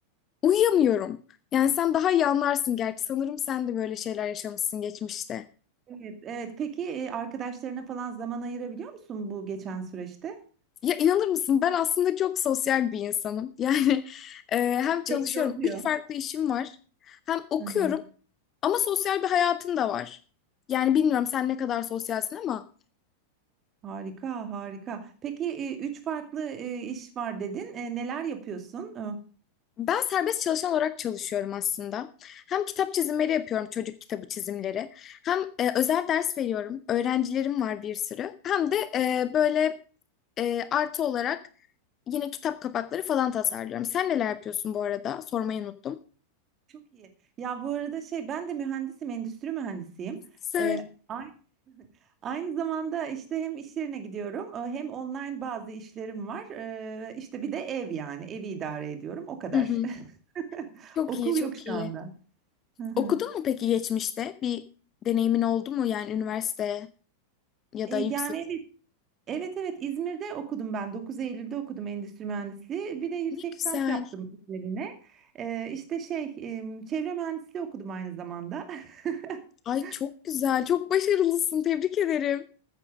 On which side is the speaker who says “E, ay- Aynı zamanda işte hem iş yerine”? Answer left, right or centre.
Right